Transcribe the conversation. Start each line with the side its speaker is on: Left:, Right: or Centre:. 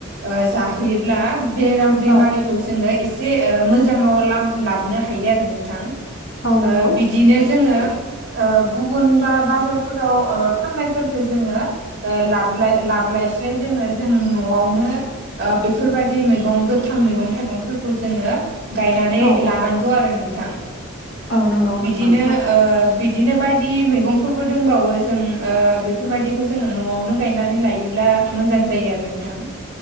Right: ओ जाहोयोब्ला बेराम बेमारि
Left: औ
Right: खौ जोंङो एसे ओ मोजाङाव लाम लाबनो हायो आरो नोंथां। ओ
Left: औ नंगौ
Right: बिद दिनो जोङो ओ गुबुन बा बाजारफोराव ओ फाननायफोरखौ जोङो ओ लाबलाय लाबोलायस्लाय जोङो जों न'आवनो आ बेफोरबायदि मैगं गोथां मैगं थाइगंफोरखौ जोङो गायनानै
Left: औ
Right: लानांगौ
Left: औ
Right: आरो नोंथां।
Left: औ नंगौ नोंथां
Right: बिदिनो ओ बिदिनो बायदि मैगंफोरबो दोंबावो जों ओ बेफोरबायदिखौ जोङो न'आवनो गायनानै लायोब्ला आ मोजां जायो आरो नोंथां।